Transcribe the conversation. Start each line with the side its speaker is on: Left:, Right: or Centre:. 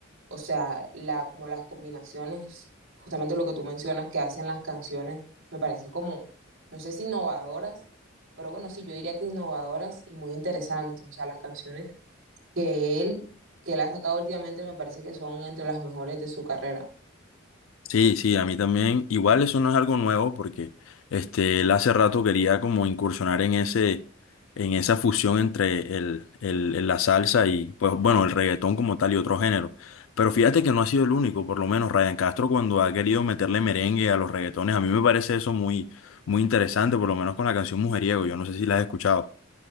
Right: O sea, la, como las combinaciones, justamente lo que tú mencionas que hacen las canciones, me parece como, no sé si innovadoras, pero bueno, sí, yo diría que innovadoras y muy interesantes. O sea, las canciones que él, que él ha sacado últimamente me parece que son entre las mejores de su carrera.
Left: Sí, sí, a mí también. Igual eso no es algo nuevo porque este, él hace rato quería como incursionar en ese, en esa fusión entre el, el- el- la salsa y, pues bueno, el reggaetón como tal y otro género. Pero fíjate que no ha sido el único, por lo menos Ryan Castro cuando ha querido meterle merengue a los reggaetones, a mí me parece eso muy, muy interesante, por lo menos con la canción Mujeriego, yo no sé si la has escuchado.